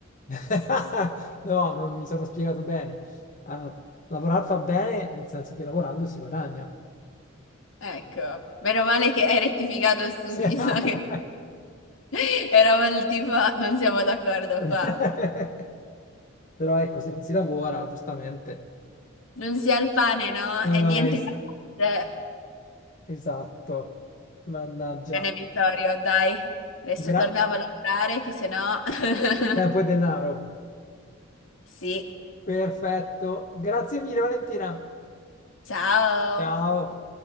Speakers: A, on the left; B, on the left.
A: <laughs> No, non mi sono spiegato bene. Ah, lavorare fa bene nel senso che lavorando si guadagna.
B: <laughs> Ecco, meno male che hai rettificato subito.
A: <laughs>
B: <laughs> Eravamo il tipo, non siamo d'accordo
A: <laughs>
B: qua.
A: Però ecco, se non si lavora, giustamente,
B: Non si ha il pane, no?
A: non
B: E niente
A: hai...
B: da fare.
A: Esatto. Mannaggia.
B: Bene, Vittorio, dai. Adesso
A: Gra...
B: tornavo a lavorare, che se no... <laughs>
A: Tempo e denaro.
B: Sì,
A: Perfetto. Grazie mille, Valentina.
B: ciao!
A: Ciao.